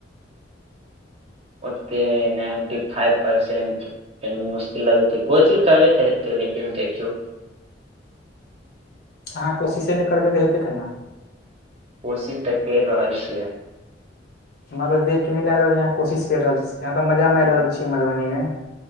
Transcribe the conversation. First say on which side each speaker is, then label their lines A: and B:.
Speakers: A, on the right; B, on the left.
A: ओते नाइंटी फाइप पर्सेंट कनि मुश्किल लगतै छै कोशिश करबे तऽ हेतै लेकिन देखियौ।
B: अहाँ कोशिशे नई करबै तऽ हतैे केना?
A: कोशिश तऽ केर रेहल छियै।
B: हमरा त देख के नहि लागि रहल अइ आहाँ कोशिश कर रहल छी आहाँं त मजा
A: देखियौ
B: माईर रहल छी मधुबनी मे।